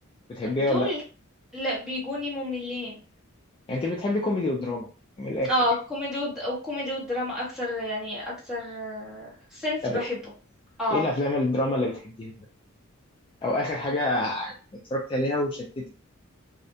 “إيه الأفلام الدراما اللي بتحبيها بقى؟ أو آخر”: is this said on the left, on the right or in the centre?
Left